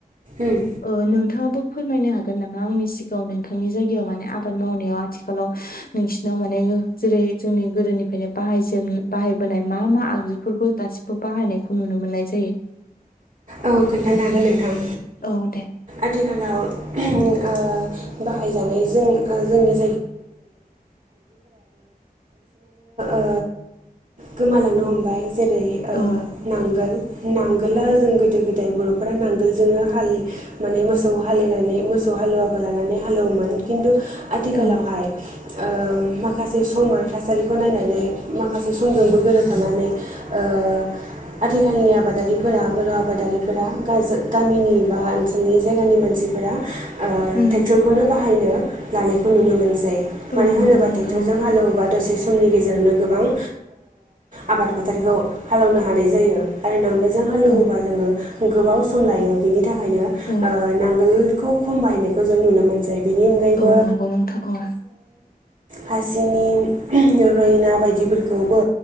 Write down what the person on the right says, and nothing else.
उम
औ खोन्थानो हागोन नोंथां
आथिखालाव ओ। बाहायजानाय जों जोंनि ओ गोमालांनो हमबाय जेरै
नांगोल नांगोला जों गोदो गोदाय बर'फोरा नांगोलजोंनो हालि माने मोसौ हालेनानै मोसौ हालुवाबो लानानै हालौव खिन्थु आथिखालावहाय
ओ म माखासे सम आरो थासारिखौ नायनानै माखासे समजोंबो गोरोबफानानै ओ आथिखालनि आबादारिफोरा' बे आबादारिफोरा गामिनि बा ओनसोलनि जायगानि मानसिफोरा ओ
ट्रेक्टरखौनो बाहायनो लानायखौ नुनो मोनसै मानो
होनोबा
ट्रेक्टरजों
हालौवोबा दसे समनि गेजेरावनो गोबांओ आबाद फोथारखौ हालेवनो हानाय जायो आरो नांगोलजों हालेवोबा
जोङो गोबाव सम लायो बिनि थाखायनो
ओ नांगोल खौ खमायनानखौ जों नुनो मोनसै बेनि अनगायैबो
हासिनि रयना बायदिफोरखौबो